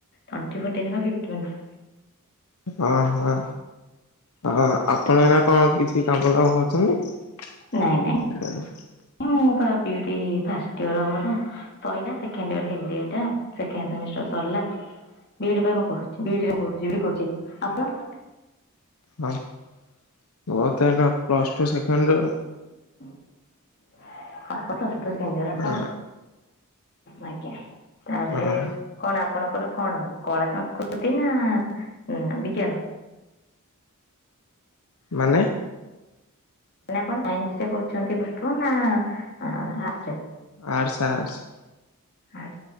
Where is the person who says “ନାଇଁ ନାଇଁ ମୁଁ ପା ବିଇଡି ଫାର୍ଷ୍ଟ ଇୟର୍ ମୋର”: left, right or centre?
Left